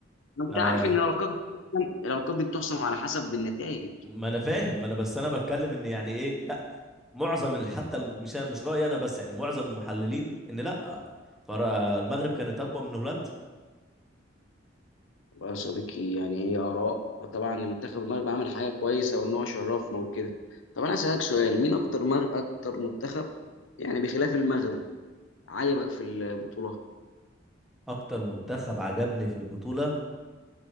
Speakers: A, on the left; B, in the centre.
A: ما انت
B: آه
A: عارف ان الالقاب دي- الالقاب دي بتحسم على حسب النتائج
B: ما انا فاهم ما انا بس انا بتكلم ان يعني ايه لا معظم ال- حتى ال- مش مش رايي انا بس يعني معظم المحللين ان لا فرا- المغرب كانت اقوى من هولندا
A: والله يا صديقي يعني هي آراء طبعا المنتخب المغرب عمل حاجة كويسة وإن هو شرفنا وكده طب أنا أسألك سؤال مين أكتر مر... أكتر منتخب يعني بخلاف المغرب عجبك في البطولة؟
B: اكتر منتخب عجبني في البطوله